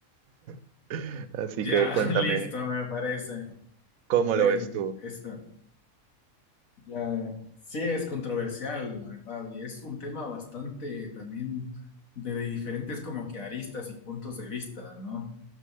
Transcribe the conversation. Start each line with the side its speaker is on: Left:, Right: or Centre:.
Right: <laughs> Así
Left: ya,
Right: que cuéntame,
Left: <laughs> listo, me parece.
Right: ¿cómo
Left: A ver,
Right: lo ves tú?
Left: esta ya sí es controversial, la verdad, y es un tema bastante también de, de diferentes como que aristas y puntos de vista, ¿no?